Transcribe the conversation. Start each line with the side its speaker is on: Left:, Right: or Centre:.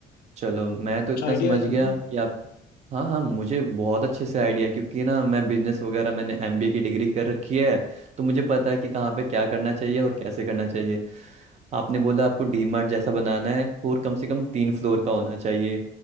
Right: चलो मैं तो
Left: कुछ
Right: इतना
Left: आइडिया
Right: समझ
Left: है
Right: गया
Left: तुम्हें
Right: कि आप हाँ हाँ मुझे बहुत अच्छे से आइडिया है क्योंकि ना मैं बिजनेस वगैरह मैंने एमबीए की डिग्री कर रखी है तो मुझे पता है कि कहाँ पे क्या करना चाहिए और कैसे करना चाहिए आपने बोला आपको डीमार्ट जैसा बनाना है और कम से कम तीन फ्लोर का होना चाहिए